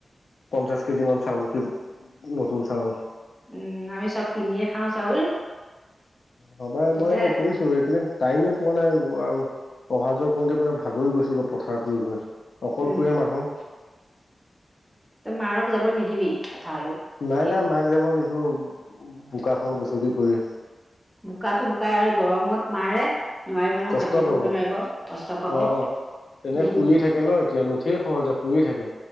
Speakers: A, on the left; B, in the centre.
A: পঞ্চাশ কেজি মান চাউল কি নতুন চাউল।
B: উম আমি চব কিনিয়ে খাওঁ চাউল।
A: ভবাই
B: তেন্তে
A: মই কৰিছো এইকেইদিন? টাইমে পোৱা নাই আৰু। অহা যোৱা কৰোঁতে কৰোঁতে ভাগৰি গৈছোঁ গৈ পথাৰত গৈ গৈ? অকলশৰীয়া
B: উম,
A: মানুহ।
B: তই মাৰক যাবলে নিদিবি? পথাৰলৈ
A: নাই
B: এই
A: নাই মাক যাব নিদো। বোকাখন গুচকি কৰি।
B: বোকাতো বোকাই আৰু গৰমত মাৰে। নোৱাৰিব নহয়
A: কষ্ট
B: সহ্য
A: পাব
B: কৰিব
A: অ
B: নোৱাৰিব কষ্ট পাব
A: অ তেনে
B: নিদিবি
A: শুয়ে থাকে ন এতিয়া নুঠেই সহজে। শুইয়েই থাকে।